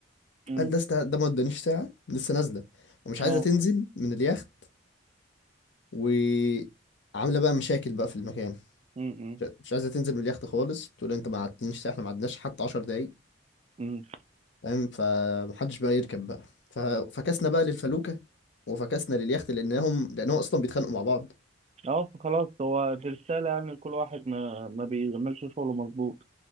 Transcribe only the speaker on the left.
قال ده است... ده ما ادانيش ساعه لسه نازله ومش عايزه
تنزل من اليخت وعامله بقى مشاكل بقى في المكان
مش مش عايزه تنزل من اليخت خالص بتقول انت ما قعدتنيش ساعه احنا ما قعدناش حتى 10 دقايق
فاهم فمحدش بقى يركب بقى ففكسنا بقى للفلوكه وفكسنا لليخت لانهم لانهم اصلا بيتخانقوا مع بعض